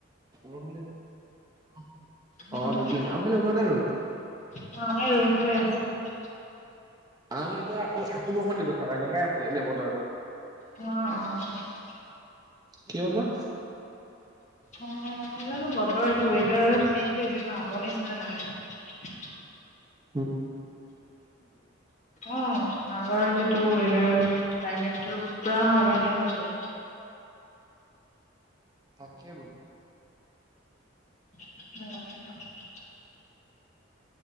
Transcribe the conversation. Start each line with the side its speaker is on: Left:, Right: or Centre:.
Right: ৰ'দ দিলে অ
Left: হা
Right: ৰ'দ
Left: হা
Right: দিলে আমাৰ ফালে ওলোৱা নাই ৰ'দ
Left: অ আমাৰ ইয়াত ৰ'দ ওলাই আছে
Right: আম এতিয়া আকৌ আকৌ বৰষুণ দিব চাবা এনেকে আছে এনে বতৰটো
Left: অ অ
Right: কিয় বা
Left: অ জানো বতৰ এতিয়া ৱডাৰ চেঞ্জ জো আগৰ নিচিনা নাই।
Right: অ'
Left: অ 'আগৰ যিটো ৱেডাৰ মানে ক্লাইমেট তো পোৰা সলনি হৈ গল।
Right: তাকে বুলো
Left: উম,